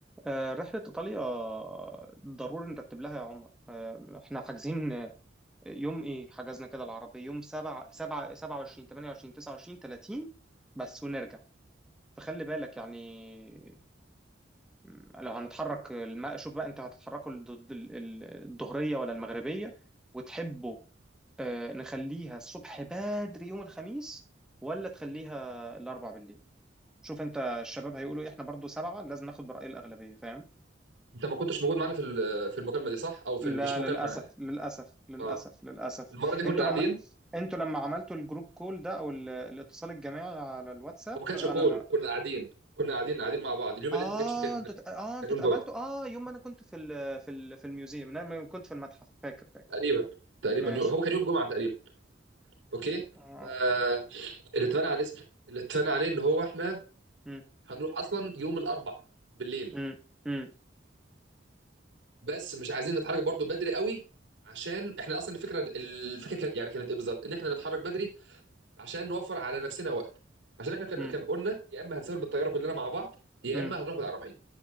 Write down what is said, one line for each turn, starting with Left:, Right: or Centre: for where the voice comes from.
Centre: آه، رحلة إيطاليا ضروري نرتب لها يا عمر آه، إحنا حاجزين آه، يوم إيه حجزنا كده العربية يوم سبعة سبعة سبعة وعشرين تمانية وعشرين تسعة وعشرين تلاتين بس ونرجع فخلي بالك يعني م، لو هنتحرك الم- شوف بقى أنت هتتحركوا الض- ال- ال- الظهرية ولا المغربية وتحبوا آه، نخليها الصبح بدري يوم الخميس ولا تخليها الأربع بالليل شوف أنت الشباب هيقولوا إيه إحنا برضو سبعة لازم ناخد برأي الأغلبية فاهم
Right: انت ما كنتش موجود معانا في ال- في المكالمه دي صح او
Centre: لا
Right: في ال- مش مكالمه
Centre: للاسف
Right: يعني
Centre: للاسف للاسف
Right: اه
Centre: للاسف
Right: المره دي كنا
Centre: انتوا
Right: قاعدين
Centre: لما انتوا لما عملتوا الجروب كول ده او ال- الاتصال الجماعي على الواتساب
Right: وما كانش
Centre: انا
Right: كول
Centre: ما
Right: كنا قاعدين كنا قاعدين قاعدين مع بعض اليوم
Centre: اه
Right: اللي انت ما جيتش فيه كان
Centre: انتوا ت- اه انتوا
Right: كان يوم
Centre: اتقابلتوا
Right: جمعه
Centre: اه يوم ما انا كنت في ال... في ال... في الميوزيوم انا لما كنت في المتحف فاكر فاكر
Right: تقريبا تقريبا
Centre: ماشي
Right: يوم هو كان يوم جمعه تقريبا اوكي
Centre: آه.
Right: فاللي اتفقنا عليه اللي اتفقنا عليه ان هو احنا
Centre: مم.
Right: هنروح اصلا يوم الاربع بالليل
Centre: مم. مم.
Right: بس مش عايزين نتحرك برضو بدري قوي عشان احنا اصلا الفكره الفكره كان- يعني كانت ايه بالظبط ان احنا نتحرك بدري عشان نوفر على نفسنا وقت عشان احنا كان
Centre: مم.
Right: كان قلنا يا اما هنسافر بالطياره كلنا مع بعض يا
Centre: مم.
Right: اما هنروح بالعربيه